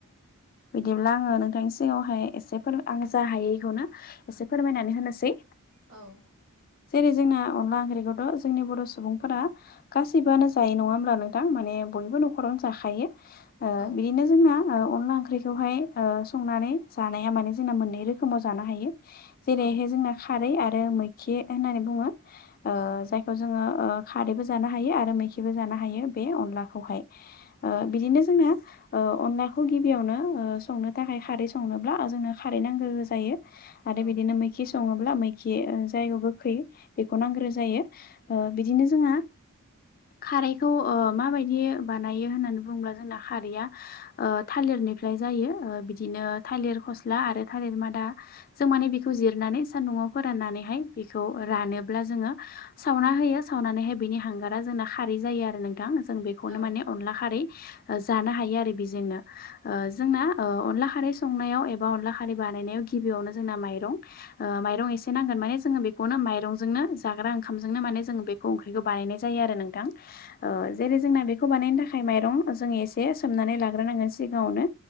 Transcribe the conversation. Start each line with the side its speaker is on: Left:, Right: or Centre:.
Left: बिदिब्ला आङो नोंथांनि सिगावहाय एसे फोर आं जा हायो बेखौनो एसे फोरमायनानै होनोसै
Right: औ
Left: जेरै जोंना अनला ओंख्रिखौथ' जोंनि बर' सुबुंफोरा गासैबोआनो जायो नङा होमब्ला नोंथां माने बयबो न'रावनो थायो
Right: औ
Left: बिदिनो जोंना अनला ओंख्रिखौहाय संनानै जानाया माने जोंना मोननै रोखोमाव जानो हायो जेरैहाय
Right: औ
Left: जोंना खारै आरो मैखि होननानै बुङो जाय
Right: औ
Left: बेखौ जोङो खारैबो जानो हायो आरो मैखिबो जानो हायो बे अनलाखौहाय
Right: औ
Left: बिदिनो जोंना अनलाखौ गिबियावनो संनो थाखाय खारै संनोब्ला जोंनो खारै नांगौ जायो आरो
Right: औ
Left: बिदिनो मैखि सङोब्ला मैखि जायगायाव गोखै बेखौ नांग्रोगो जायो बिदिनो जोंहा खारैखौ माबायदि बानाय रो होननानै बुङोब्ला जोंना खारैया थालिरनिफ्राय जायो बिदिनो फस्ला आरो थालिर मादा जों माने बेखौ जिरनानै सान्दुंआव फोराननानैहाय बेखौ रानोब्ला जोङो सावना होयो सावनानैहाय बिनि हांगारा जोंना खारै जायो आरो नोंथां। जों बेखौनो
Right: औ
Left: माने अनला खारै ओ जानो हायो आरो बेजोंनो। ओ जोंना ओ अनला खारै संनायाव एबा अनला खारै बानायनायाव गिबियावनो जोंना माइरं ओ माइरं एसे नांगोन। माने जोङो बेखौनो माइरंजोंनो जाग्रा ओंखामजोंनो माने जों बे खौ ओंख्रिखौ बानायनाय जायो आरो नोंथां। ओ जेरै जोंना बेखौ बानायनो थाखाय माइरं जों एसे सोमनानै लाग्रोनांगोन सिगाङावनो।